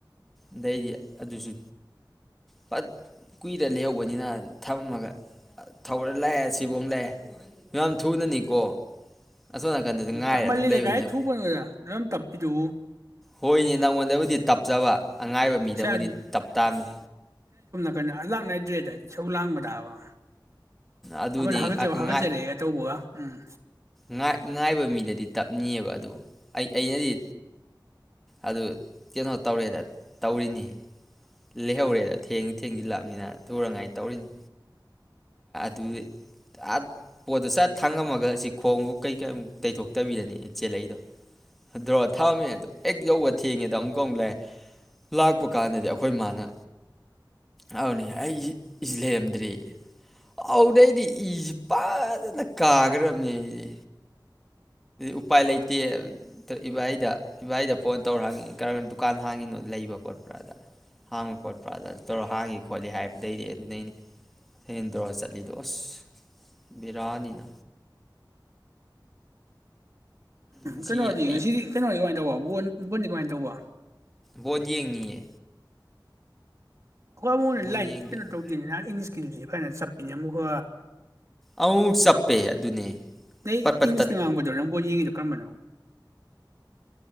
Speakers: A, in the centre; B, on the right.
A: ꯑꯗꯩꯗꯤ ꯑꯗꯨꯁꯨ ꯐꯠ ꯀꯨꯏꯔ ꯂꯩꯍꯧꯕꯅꯤꯅ ꯊꯝꯃꯒ ꯊꯧꯔ ꯂꯥꯛꯑꯦ ꯑꯁꯤꯕ ꯑꯃ ꯂꯥꯛꯑꯦ ꯌꯥꯝ ꯊꯨꯅꯅꯤꯀꯣ ꯑꯁꯣꯝ ꯅꯥꯀꯟꯗꯁꯨ ꯉꯥꯏꯔ
B: ꯇꯞꯃꯜꯂꯤꯗ
A: ꯑꯗꯨꯝ ꯂꯩꯕꯅꯤꯅ
B: ꯒꯥꯔꯤ ꯊꯧꯔꯨꯕꯩ ꯑꯣꯏꯔꯦ ꯔꯝ ꯇꯞꯄꯤꯗꯨꯕꯨ
A: ꯍꯣꯏꯅꯦ ꯅꯪꯉꯣꯟꯗꯕꯨꯗꯤ ꯇꯞꯆꯕ ꯑꯉꯥꯏꯕ ꯃꯤꯗꯕꯨꯗꯤ
B: ꯉꯁꯥꯏ
A: ꯇꯞ ꯇꯥꯥꯃꯤ
B: ꯀꯩꯅꯣ ꯂꯥꯛꯅꯗ꯭ꯔꯦꯗ ꯏꯁꯧ ꯂꯥꯡꯕꯗꯕ
A: ꯑꯗꯨꯅꯤ
B: ꯑꯃꯅ ꯍꯥꯒꯠꯆꯕ ꯍꯥꯒꯠꯆꯔꯛꯑꯦꯒ
A: ꯉꯥ
B: ꯇꯧꯕꯒ ꯎꯝ
A: ꯉꯥ ꯉꯥꯏꯕ ꯃꯤꯗꯗꯤ ꯇꯞ ꯅꯤꯕ ꯑꯗꯨ ꯑꯩ ꯑꯩꯅꯗꯤ ꯑꯗꯨ ꯀꯩꯅꯣ ꯇꯧꯔꯦꯗ ꯇꯧꯔꯤꯅꯤ ꯂꯩꯍꯧꯔꯦꯗ ꯊꯦꯡ ꯊꯦꯡꯖꯤ ꯂꯕꯅꯤꯅ ꯊꯨꯔꯉꯥꯏ ꯇꯧꯔꯤꯅꯤ ꯑꯗꯨ ꯑꯥ ꯄꯣꯠꯇꯣ ꯆꯠ ꯊꯥꯡꯉꯝꯃꯒ ꯁꯤ ꯈꯣꯡꯒ ꯀꯩ ꯀꯩꯃꯨꯛ ꯇꯩꯊꯣꯛꯇꯕꯤꯔꯅꯤ ꯆꯦꯜꯂꯛꯏꯗꯣ ꯑꯗꯨꯗ꯭ꯔꯣ ꯊꯝꯃꯦ ꯑꯗꯣ ꯍꯦꯛ ꯌꯧꯕ ꯊꯦꯡꯉꯦꯗ ꯑꯃꯨꯛꯀ ꯑꯃꯨꯛ ꯂꯥꯛꯑꯦ ꯂꯥꯛꯄ ꯀꯥꯟꯗꯗꯤ ꯑꯩꯈꯣꯏ ꯏ ꯃꯥꯅ ꯍꯥꯏꯅꯤ ꯑꯩꯁꯤ ꯂꯩꯔꯝꯗ꯭ꯔꯤ ꯑꯗꯩꯗꯤ ꯏꯁꯤ ꯐꯖꯅ ꯀꯥꯈ꯭ꯔꯕꯅꯦ ꯑꯩꯗꯤ ꯎꯄꯥꯏ ꯂꯩꯇꯦ ꯏꯚꯥꯏꯗ ꯏꯚꯥꯏꯗ ꯐꯣꯟ ꯇꯧꯔ ꯍꯪꯉꯤ ꯀꯔꯝꯕ ꯗꯨꯀꯥꯟ ꯍꯥꯡꯉꯤꯅꯣ ꯂꯩꯕ ꯈꯣꯠꯄ꯭ꯔꯥꯗ ꯍꯥꯡꯕ ꯈꯣꯠꯄ꯭ꯔꯥꯗ ꯇꯧꯔꯣ ꯍꯥꯡꯉꯤ ꯈꯣꯠꯂꯤ ꯍꯥꯏꯕꯗꯩꯗꯤ ꯑꯗꯨꯅꯩꯅꯦ ꯍꯦꯟ ꯇꯧꯔꯒ ꯆꯠꯂ ꯂꯤꯗꯣꯁ ꯕꯦꯔꯥꯅꯤꯅ ꯉꯁꯤ
B: ꯀꯩꯅꯣꯗꯤ
A: ꯑꯩ
B: ꯉꯁꯤꯗꯤ ꯀꯩꯅꯣꯗꯤ ꯀꯃꯥꯏꯅ ꯇꯧꯕ ꯕꯣꯟ ꯕꯣꯟꯗꯤ ꯀꯃꯥꯏꯅ ꯇꯧꯕ
A: ꯕꯣꯟ ꯌꯦꯡꯅꯤꯌꯦ
B: ꯑꯩꯈꯣꯏꯨꯅ
A: ꯕꯣꯟ
B: ꯂꯥꯏꯟ
A: ꯌꯦꯡꯗꯣꯏꯅꯤ
B: ꯀꯩꯅꯣ ꯇꯧꯗꯦ ꯅꯍ ꯏꯪꯂꯤꯁꯀꯤꯗꯨꯗꯤ ꯐꯖꯅ ꯆꯞ ꯃꯤꯝꯨꯀꯣ
A: ꯑꯃꯨꯛ ꯃꯨꯛ ꯆꯞꯄꯦ ꯑꯗꯨꯅꯦ
B: ꯀꯩ
A: ꯄꯠ ꯄꯠ
B: ꯑꯦꯡꯂꯤꯖꯅ
A: ꯇꯠ
B: ꯉꯥꯡꯕꯗꯔ ꯅꯪ ꯕꯣꯟ ꯌꯦꯡꯉꯤꯗꯣ ꯀꯔꯝꯕꯅꯣ